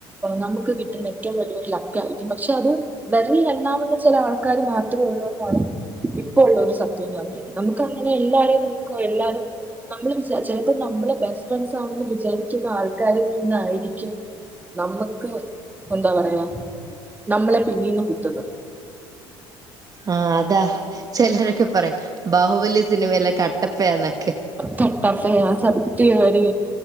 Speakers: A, on the right; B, on the right.
A: നമുക്ക് കിട്ടുന്ന ഏറ്റവും വലിയഒരു ലക്ക ആയിരിക്കും പക്ഷെ അത് വെര ലിൽ എണ്ണാവുന്ന ചില ആൾക്കാർ മാത്രമേ ഉള്ളൂ എന്നാണ് ഇപ്പൊ ഉള്ള ഒരു സത്യം എന്ന് പറഞ്ഞു കഴിഞ്ഞാൽ നമുക്ക് അങ്ങനെ എല്ലാരെയും നമുക്ക് എല്ലാരും നമ്മള് വിചാ ചിലപ്പോ നമ്മളെ ബെസ്റ്റ് ഫ്രണ്ട്സ് ആണെന്ന് വിചാരിക്കുന്ന ആൾക്കാരിൽ നിന്നായിരിക്കും നമ്മക്ക് എന്താ പറയാ നമ്മളെ പിന്നീന്ന് കുത്തുന്നത്
B: ആ അതാ ചിലരൊക്കെ പറയും ബാഹുബലി സിനിമയിലൊ കട്ടപ്പയാ ന്നെ
A: കട്ടാപ്പയാ സത്യാടി